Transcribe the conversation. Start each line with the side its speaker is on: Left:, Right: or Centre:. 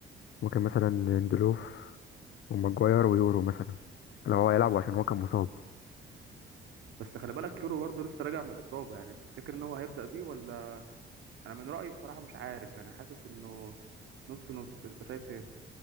Left: ممكن مثلا ليندلوف وماجواير ويورو مثلا لو هو يلعب عشان هو كان مصاب
Right: بس خلي بالك كيرو برضه لسه راجع من اصابه يعني تفتكر ان هو هيبدا بيه ولا انا من رايي بصراحه مش عارف يعني حاسس انه نص نص انت شايف ايه